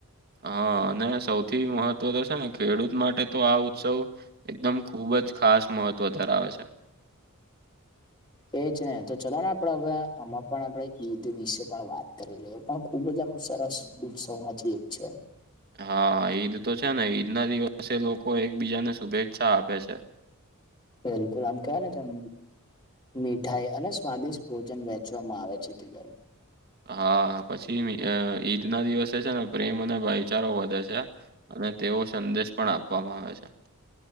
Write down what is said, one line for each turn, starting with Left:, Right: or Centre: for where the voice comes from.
Right: હ અને સૌથી મહત્વ તો છે, ને ખેડૂત માટે તો આ ઉત્સવ એકદમ ખુબ જ ખાસ મહત્વ ધરાવે છે.
Left: એ જ ને તો ચલો ને આપડે અવે આમાં પણ આપણે ઈદ વિશે પણ વાત કરી લઈએ પણ ખુબ જ આમ સરસ ઉત્સવ માટે એક છે.
Right: હ ઈદ તો છે, ને ઈદ ના દિવસે લોકો એકબીજાને શુભેચ્છા આપે છે.
Left: બિલકુલ આમ <unintelligible> મીઠાઈ અને સ્વાદિષ્ટ ભોજન વેચવામાં આવે છે, <unintelligible>
Right: હા પછી ઈદ ના દિવસે છે, ને પ્રેમ અને ભાઈચારો વધે છે. અને તેવો સંદેશ પણ આપવામાં આવે છે.